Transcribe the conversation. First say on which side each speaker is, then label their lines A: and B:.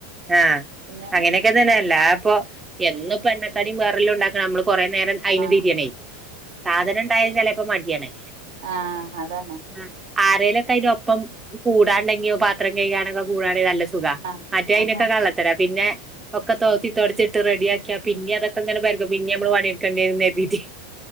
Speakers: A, on the right; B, on the right.
A: ആഹ്
B: പിന്നെ
A: അങ്ങനെ ല്ല അപ്പൊ എന്നു പ്പ എണ്ണക്കടീം വേറെല്ലാം ഉണ്ടാക്കണം നമ്മള് കൊറേ നേരം അയിന്
B: ആഹ്
A: തിരിയണേ സാധനം ഉണ്ടായാലും ചിലപ്പോ മടിയാണേ
B: ആഹ് അതന്നെ
A: ആ ആരേലൊക്കെ അതിന ഒപ്പം കൂടാണ്ടെങ്കിയോ പാത്രം കഴുകാണെങ്കോ കൂടാണെങ്കോ നല്ല സുഖം
B: ആഹ്
A: മറ്റേ അതിന
B: ആഹ്
A: ള്ളത്തരാ പിന്നെ ഒക്കെ തോത്തി തുടച്ചിട്ട് റെഡിയ ആക്കിയാ പിന്നെ അതൊക്കെങ്ങനെ പരതും പിന്നെ നമ്മള് പണെടുക്കേണ്ടിര എതി